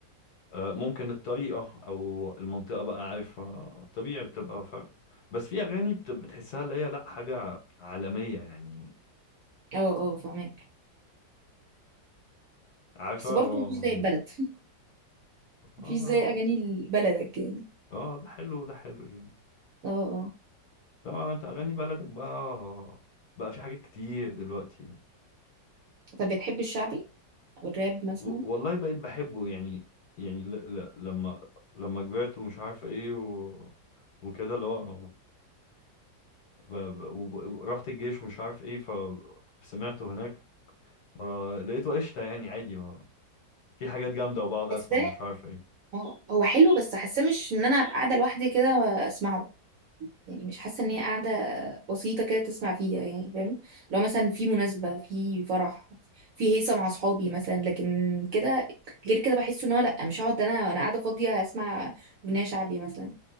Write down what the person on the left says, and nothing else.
آه، ممكن الطريقة أو المنطقة بقى عارفة الطبيعي بتبقى فرق بس في أغاني بت- بتحسها اللي هي لأ حاجة عالمية يعني
عارفة
اه
آه،
آه، ده حلو ده حلو يعني
طبعا انت اغاني بلدك بقى بقى في حاجات كتير دلوقتي يعني.
و... والله بقيت بحبه يعني يعني ل... ل... لما لما كبرت ومش عارف ايه و... وكده اللي هو ب... ب... و... ورحت الجيش ومش عارف ايه ف سمعته هناك فلقيته قشطة يعني عادي ما... في حاجات جامدة وبقعد اسمع
ومش عارف ايه